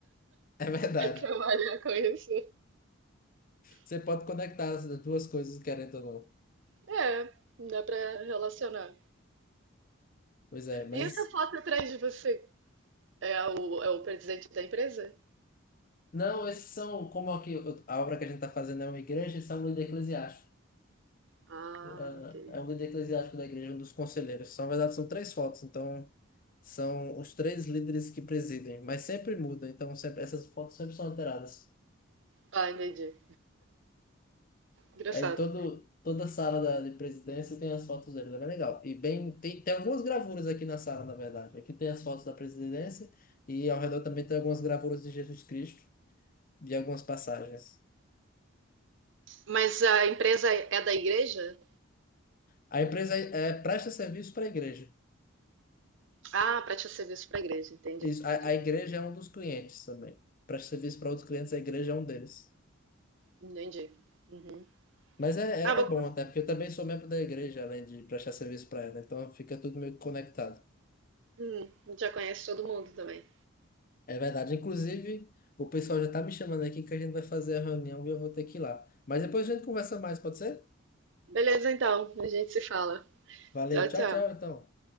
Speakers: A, on the left; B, on the right.
A: É verdade.
B: <laughs> trabalhar com isso,
A: Você pode conectar as duas coisas, querendo ou não.
B: é, dá para relacionar.
A: Pois é, mas
B: E essa foto atrás de você é o, é o presidente da empresa?
A: não, esses são como aqui a obra que a gente está fazendo é uma igreja e são líder eclesiástico.
B: Ah,
A: Ah,
B: ok.
A: É um líder eclesiástico da igreja, um dos conselheiros. São, na verdade, são três fotos, então são os três líderes que presidem, mas sempre muda, então sempre, essas fotos sempre são alteradas.
B: Ah, entendi. Engraçado.
A: Aí todo, toda a sala da, de presidência tem as fotos deles, é bem legal. E bem, tem, tem algumas gravuras aqui na sala, na verdade. Aqui tem as fotos da presidência e ao redor também tem algumas gravuras de Jesus Cristo, de algumas passagens.
B: Mas a empresa é da igreja?
A: A empresa é, presta serviço para a igreja.
B: Ah, presta serviço para a igreja. Entendi,
A: Isso,
B: entendi.
A: a, a igreja é um dos clientes também. Presta serviço para outros clientes, a igreja é um deles.
B: Entendi. Uhum.
A: Mas é,
B: Ah, bom,
A: é, é bom
B: que você-
A: até, porque eu também sou membro da igreja, além de prestar serviço para ela. Então fica tudo meio que conectado.
B: hum, já conhece todo mundo também.
A: É verdade. Inclusive, o pessoal já tá me chamando aqui que a gente vai fazer a reunião e eu vou ter que ir lá. Mas depois a gente conversa mais, pode ser?
B: Beleza, então. A gente se fala.
A: Valeu,
B: Tchau,
A: tchau,
B: tchau.
A: tchau, então.